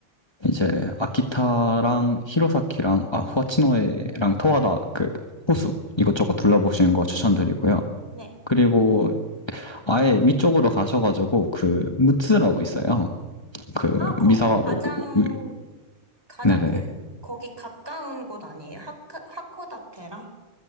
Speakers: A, on the left; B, on the right.
A: 이제 아키타랑 히로사키랑 아 후아치노에랑 토하다 그 호수 이것저것 둘러보시는
B: 어,
A: 거 추천드리고요.
B: 네.
A: 그리고 아예 위쪽으로 가셔가지고 그 무츠라고 있어요. 그
B: 아, 거기,
A: 미사와 오,
B: 가장,
A: 오-
B: 가장
A: 네네
B: 그, 거기 가까운 곳 아니에요? 하, 하코다테랑?